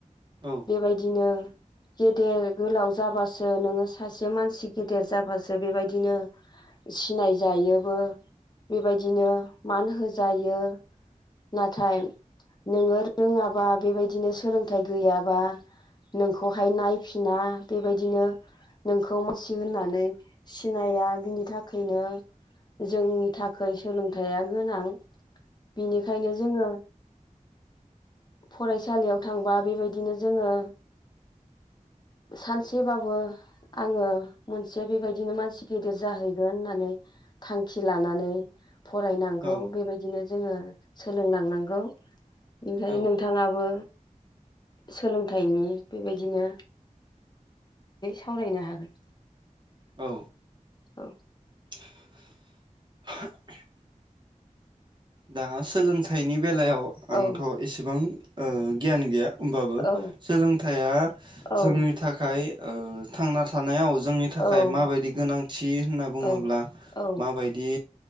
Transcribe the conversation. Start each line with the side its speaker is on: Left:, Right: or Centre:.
Right: औ
Left: बेबायदिनो गेदेर गोलाव जाबासो नोङो सासे मानसि गेदेर जाबास सो बेबायदिनो सिनायजायोबो बेबायदिनो मान होजायो नाथाय नोङो रोङाबा बेबायदिनो सोलोंथाइ गैयाबा नोंखौहाय नायफिना बेबायदिनो नोंखौ मानसि होननानै सिनाया बिनि थाखायनो जोंनि थाखाय सोलोंथाइ थाइया गोनां बिनिखायनो जोङो फरायसालियाव थांबा बेबायदिनो जोङो सानसेबाबो आङो मोनसे बेबायदि बिदिनो मानसि गेदेर जाहैगोन होननानै थांखि लानानै फरायनांगौ
Right: औ
Left: बेबायदिनो जोङो सोलोंलांनांगौ ओनिफ्रायाय
Right: औ
Left: नोंथाङाबो सोलोंथाइनि बेबायदिनो सावरायनो हागोन
Right: औ
Left: औ
Right: <inaudible> दा सोलोंथाइनि बे बेलायाव आंथ'
Left: औ
Right: एसेबां गियान गैया होमबाबो
Left: औ
Right: सोलोंथाइया
Left: औ
Right: जोंनि थाखाय थांना थानायाव जोंनि थाखाय
Left: औ
Right: माबायदि गोनांथि होनना बुङोब्ला
Left: औ औ
Right: माबायदि